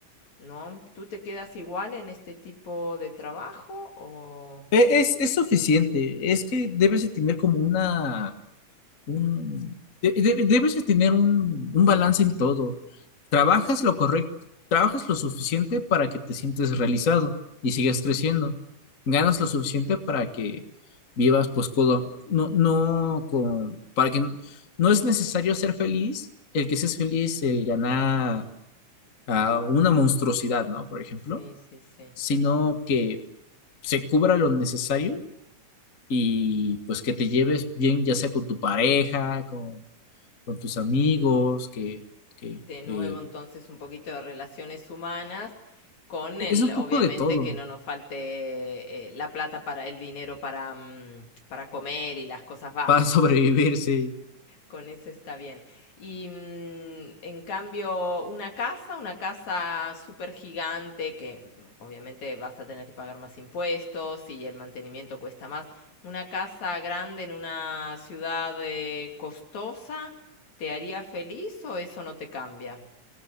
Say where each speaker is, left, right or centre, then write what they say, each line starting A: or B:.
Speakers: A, on the left (about 60°); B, on the left (about 45°).
A: ¿no? ¿Tú te quedas igual en este tipo de trabajo o...?
B: E- Es, es suficiente, es que debes de tener como una un- de- de- debes de tener un, un balance en todo. Trabajas lo correcto, trabajas lo suficiente para que te sientes realizado y sigas creciendo. Ganas lo suficiente para que vivas pues codo- no, no con, para que no, no es necesario ser feliz, el que seas feliz, el ganar a una monstruosidad, ¿no? Por ejemplo,
A: Sí, sí, sí,
B: sino que se cubra lo necesario y pues que te lleves bien, ya sea con tu pareja, con tus amigos,
A: sí.
B: que, que
A: De nuevo,
B: eh,
A: entonces, un poquito de relaciones humanas con
B: es
A: el,
B: un
A: obviamente,
B: poco de todo
A: que no nos falte eh, la plata para el dinero para, mm, para comer y las cosas básicas.
B: para <laughs> sobrevivirse.
A: Con eso está bien. Y mm, en cambio, una casa, una casa súper gigante, que mm, obviamente vas a tener que pagar más impuestos y el mantenimiento cuesta más, una casa grande en una ciudad eh, costosa, ¿te haría feliz o eso no te cambia?